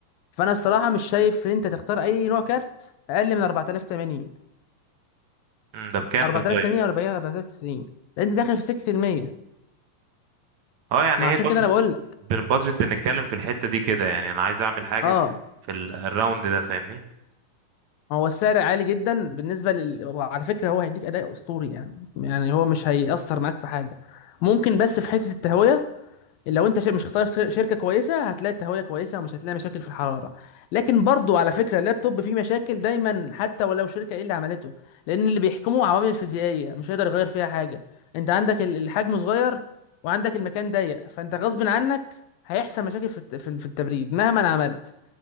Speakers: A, on the left (about 80°); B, on the right (about 60°).
A: فانا الصراحه مش شايف ان انت تختار اي نوع كارت اقل من 4080
B: أمم، ده بكام
A: 4080
B: ده طيب
A: و 40 4090 لان انت داخل في سكه ال 100
B: اه يعني
A: ما
B: هي
A: عشان
B: البادجت
A: كده انا بقول لك
B: بالبادجت بنتكلم في الحته دي كده يعني انا عايز اعمل حاجه
A: اه
B: في ال- الراوند ده فاهمني
A: هو السعر عالي جدا بالنسبه لل... وعلى فكره هو هيديك اداء اسطوري يعني يعني هو مش هيأثر معاك في حاجه ممكن بس في حته التهويه لو انت ش- مش اختار ش- شركه كويسه هتلاقي التهويه كويسه ومش هتلاقي مشاكل في الحراره لكن برضو على فكره اللابتوب فيه مشاكل دايما حتى ولو شركه ايه اللي عملته لان اللي بيحكمه عوامل فيزيائيه مش هيقدر يغير فيها حاجه انت عندك ال- الحجم صغير وعندك المكان ضيق فانت غصب عنك هيحصل مشاكل في الت- في ال- في التبريد مهما عملت